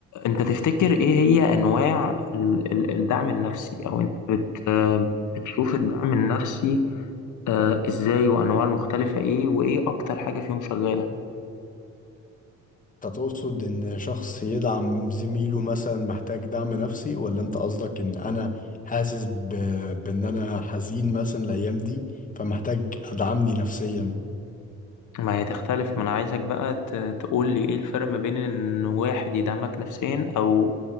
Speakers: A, on the left (about 75°); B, on the left (about 25°).
A: انت تفتكر ايه هي انواع ال- ال- الدعم النفسي او انت بت بتشوف الدعم النفسي آه، ازاي وانواع المختلفة ايه وايه اكتر حاجة فيهم شغالة
B: انت تقصد ان شخص يدعم زميله مثلا محتاج دعم نفسي ولا انت قصدك ان انا حاسس ب... بان انا حزين مثلا الايام دي فمحتاج ادعمني نفسيا
A: ما هي تختلف ما انا عايزك بقى ت- تقول لي ايه الفرق ما بين ان واحد يدعمك نفسيا او